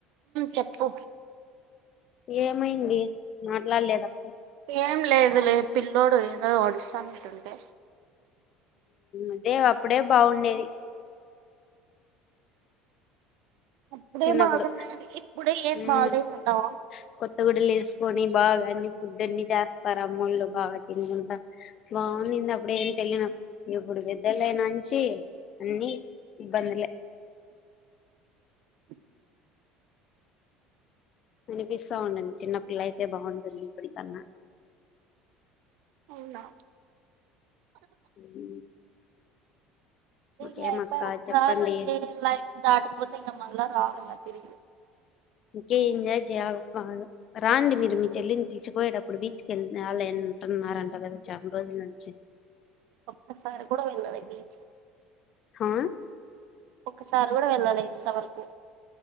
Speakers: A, on the right; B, on the left.
A: చెప్పు
B: ఏమైంది మాట్లాడలేదక్క
A: ఏం లేదు లే పిల్లోడు ఏదో ఒడిస్తాన్నట్ంటే
B: అదే అప్పుడే బాగుండేది
A: అప్పుడే
B: చిన్నప్పుడు
A: బాగున్నా ఇప్పుడే ఏం
B: మ్మ్
A: బాగాలేదుంటావా
B: కొత్త వేసుకొని బాగా అన్ని ఫుడ్ అన్ని చేస్తారు అమ్మొళ్ళు బాగా కిందంట బాగుంది అప్పుడు ఏం తెలియన ఇప్పుడు పెద్దలయినాంచి అన్ని ఇబ్బందిలే
A: <inaudible>
B: అనిపిస్తా ఉన్నది చిన్నప్పుడు లైఫే బాగుంటది ఇప్పటికన్నా
A: అవునా
B: ఉమ్
A: ఇంగ
B: ఒకేమక్క
A: అయిపోయి ఒకసారి
B: చెప్పండి
A: లైఫ్ దాటిపోతే ఇంగ మళ్ళా రాదింగ తిరిగి
B: ఇంకే ఎంజాయ్ చేయాల బాగా రాండి మీరు మీ చెల్లిని పిలిచుక్ పోయేటప్ ఇప్పుడు బీచ్ కెల్నాలే అంటన్నారంటా కదా చాన రోజుల నుంచి
A: ఒక్కసారి కూడా వెల్లలే బీచ్
B: హా
A: ఒకసారి కూడా వెళ్ళలే ఇంతవరకు